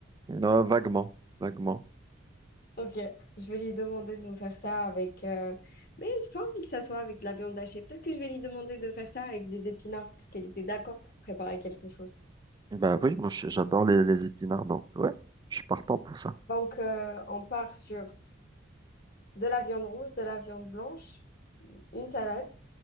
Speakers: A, on the right; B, on the left.
A: Euh, vaguement, vaguement.
B: Ok, je vais lui demander de nous faire ça avec. euh, Mais j'ai pas envie que ça soit avec de la viande hachée. Peut-être que je vais lui demander de faire ça avec des épinards parce qu'elle était d'accord pour préparer quelque chose.
A: Bah oui, moi je- j'adore les, les épinards, donc ouais, je suis partant pour ça.
B: Donc, euh, on part sur de la viande rouge, de la viande blanche, une salade.